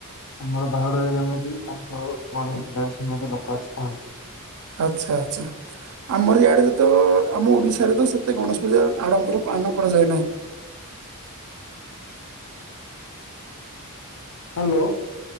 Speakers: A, on the left; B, on the right.
A: ଆମର ବାହୁଡାରେ ଯେମିତି ତାଙ୍କ ଗଣେଶ ପୂଜାରେ ସେମିତି ଲୋକ ଆସିଥାନ୍ତି।
B: ଆଚ୍ଛା, ଆଚ୍ଛା ଆମର ଇଆଡେ ଯେତେଳ ଆମ ଓଡ଼ିଶାରେ ତ ସେତେ ଗଣେଶ ପୂଜା ଆଡ଼ମ୍ବରେ ପାଳନ କରାଯାଏ ନାହିଁ।
A: ହ୍ୟାଲୋ।